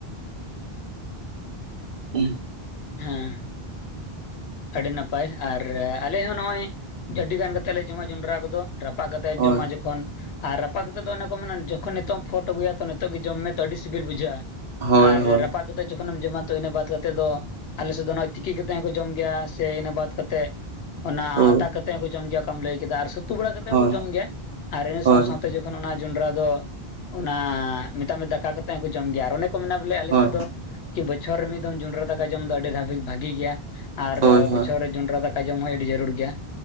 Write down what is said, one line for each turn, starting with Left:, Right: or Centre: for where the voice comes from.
Right: ᱦᱮᱸ
Left: ᱦᱮᱸ᱾ ᱟᱹᱰᱤ ᱱᱟᱯᱟᱭ ᱟᱨ ᱟᱞᱮ ᱦᱚᱸ ᱱᱚᱜ-ᱚᱭ ᱡᱟᱹᱰᱤ ᱜᱟᱱ ᱠᱟᱛᱮ ᱞᱮ ᱡᱚᱢᱟ ᱡᱚᱸᱰᱨᱟ ᱠᱚᱫᱚ ᱨᱟᱯᱟᱜ ᱠᱟᱛᱮ
Right: ᱦᱳᱭ
Left: ᱡᱚᱢᱟ ᱡᱚᱠᱷᱚᱱ ᱟᱨ ᱨᱟᱯᱟᱜ ᱠᱟᱛᱮ ᱫᱚ ᱚᱱᱮ ᱠᱚ ᱢᱮᱱᱟ ᱡᱚᱠᱷᱚᱱ ᱱᱤᱛᱚᱜ ᱮᱢ ᱯᱷᱳᱴ ᱟᱹᱜᱩᱭᱟ ᱛᱚ ᱱᱤᱛᱚᱜ ᱜᱮ ᱡᱚᱢ ᱢᱮ ᱛᱚ ᱟᱹᱰᱤ ᱥᱤᱵᱤᱞ ᱵᱩᱡᱷᱟᱹᱜ-ᱟ
Right: ᱦᱳᱭ
Left: ᱟᱨ
Right: ᱦᱳᱭ
Left: ᱨᱟᱯᱟᱜ ᱠᱟᱛᱮ ᱡᱚᱠᱷᱚᱱ ᱮᱢ ᱡᱚᱢᱟ ᱛᱚ ᱤᱱᱟᱹ ᱵᱟᱫ ᱠᱟᱛᱮ ᱫᱚ ᱟᱞᱮ ᱥᱮᱫ ᱫᱚ ᱱᱚᱜ-ᱚᱭ ᱛᱤᱠᱤ ᱠᱟᱛᱮ ᱦᱚᱸᱠᱚ ᱡᱚᱢ ᱜᱮᱭᱟ ᱥᱮ ᱤᱱᱟᱹ ᱵᱟᱫ ᱠᱟᱛᱮ ᱚᱱᱟ
Right: ᱦᱳᱭ
Left: ᱟᱛᱟ ᱠᱟᱛᱮ ᱦᱚᱸ ᱠᱚ ᱡᱚᱢ ᱜᱮᱭᱟ ᱚᱠᱚᱢ ᱞᱟᱹᱭ ᱠᱮᱫᱟ ᱟᱨ ᱩᱛᱩ ᱵᱟᱲᱟ ᱠᱟᱛᱮ
Right: ᱦᱳᱭ
Left: ᱦᱚᱸ ᱠᱚ ᱡᱚᱢ ᱜᱮᱭᱟ ᱟᱨ ᱤᱱᱟᱹ ᱥᱟᱶ
Right: ᱦᱳᱭ
Left: ᱥᱟᱶᱛᱮ ᱡ ᱚᱱᱟ ᱡᱚᱸᱰᱨᱟ ᱫᱚ ᱚᱱᱟ ᱢᱮᱛᱟᱜ ᱢᱮ ᱫᱟᱠᱟ ᱠᱟᱛᱮ ᱦᱚᱸᱠᱚ ᱡᱚᱢ ᱜᱮᱭᱟ ᱟᱨ ᱚᱱᱮ ᱠᱚ ᱢᱮᱱᱟ ᱵᱚᱞᱮ ᱟᱞᱮ
Right: ᱦᱳᱭ
Left: ᱥᱮᱫ ᱫᱚ ᱠᱤ ᱵᱚᱪᱷᱚᱨ ᱨᱮ ᱢᱤᱫ ᱫᱷᱟᱣ ᱡᱚᱸᱰᱨᱟ ᱫᱟᱠᱟ ᱡᱚᱢ ᱫᱚ ᱟᱹᱰᱤ ᱫᱷᱟᱵᱤ ᱵᱷᱟᱜᱤ ᱜᱮᱭᱟ ᱟᱨ
Right: ᱦᱳᱭ ᱦᱳᱭ
Left: ᱵᱚᱪᱷᱚᱨ ᱨᱮ ᱡᱚᱸᱰᱨᱟ ᱫᱟᱠᱟ ᱡᱚᱢ ᱦᱚ ᱟᱹᱰᱤ ᱡᱟᱹᱨᱩᱲ ᱜᱮᱭᱟ